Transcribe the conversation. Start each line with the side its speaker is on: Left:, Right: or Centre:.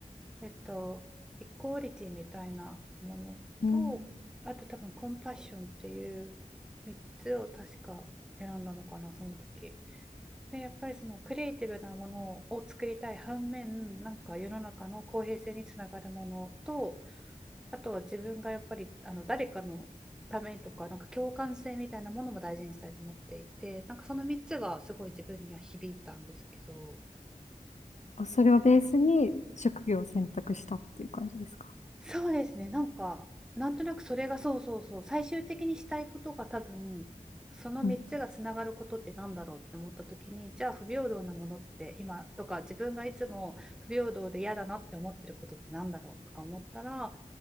Centre: えっと、イコーリティみたいなものと、
Left: うん
Centre: あと多分コンパッションっていう3つを確か選んだのかな、その時。で、やっぱりそのクリエイティブなものを作りたい反面、なんか世の中の公平性につながるものと、あとは自分がやっぱりあの誰かのためにとか、なんか共感性みたいなものも大事にしたいと思っていて、なんかその3つがすごい自分には響いたんですけど、
Left: あそれをベースに職業を選択したっていう感じですか
Centre: そうですね。なんか、なんとなくそれがそうそうそう、最終的にしたいことが多分、その3つがつながることってなんだろうって思った時に、
Left: うん。
Centre: じゃあ不平等なものって今とか、自分がいつも不平等で嫌だなって思ってることってなんだろうとか思ったら、